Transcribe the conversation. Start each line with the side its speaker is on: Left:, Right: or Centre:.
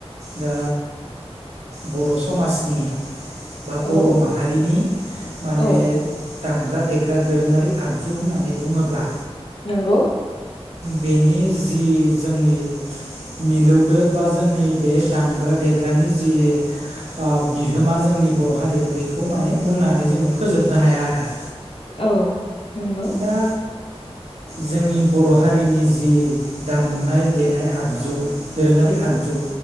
Right: दा बर' समाजनि बा बर'
Left: औ
Right: माहारिनि माने
Left: औ
Right: दामग्रा देग्रा दोरोङारि आगजु होननानै बुङोब्ला
Left: नोंगौ
Right: बेनि जि जोंनि मिलौदो बा जोंनि बे दामग्रा देग्रानि जि ओ बिहोमा जोंनि बर' हारियाव बेखौ माने बुंनानै जोङो फोजोबनो हायाआरो।
Left: औ नंगौ
Right: दा जोंनि बर' हारिनि जि दामनाय देनाय आगजु दोरोङारि आगजु